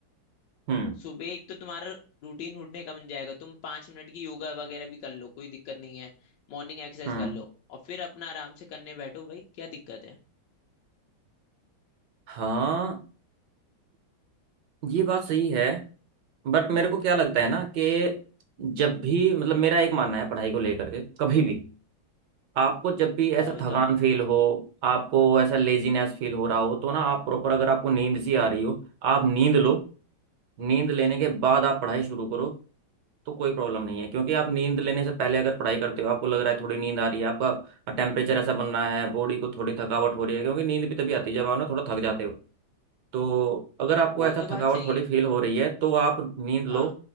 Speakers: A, on the right; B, on the left.
A: हम्म
B: सुबह एक तो तुम्हारा रूटीन उठने का बन जाएगा तुम पांच मिनट की योगा वगैरह भी कर लो कोई दिक्कत नहीं है मॉर्निंग एक्सरसाइज
A: हम्म
B: कर लो और फिर अपना आराम से करने बैठो भाई क्या दिक्कत है
A: हाँ ये बात सही है बट मेरे को क्या लगता है ना कि जब भी मतलब मेरा एक मानना है पढ़ाई को लेकर के कभी भी आपको जब भी
B: क्या
A: ऐसा
B: बताओ
A: थकान फील हो आपको ऐसा लेजीनेस फील हो रहा हो तो ना आप प्रॉपर अगर आपको नींद सी आ रही हो आप नींद लो नींद लेने के बाद आप पढ़ाई शुरू करो तो कोई प्रॉब्लम नहीं है क्योंकि आप नींद लेने से पहले अगर पढ़ाई करते हो आपको लग रहा है थोड़ी नींद आ रही है आपका टेम्परेचर ऐसा बन रहा है बॉडी को थोड़ी थकावट हो रही है क्योंकि नींद भी तभी आती है जब आप ना थोड़ा थक जाते हो तो अगर आपको
B: वो
A: ऐसा
B: तो बात
A: थकावट
B: सही
A: थोड़ी
B: है
A: फील हो रही है तो आप नींद लो
B: हाँ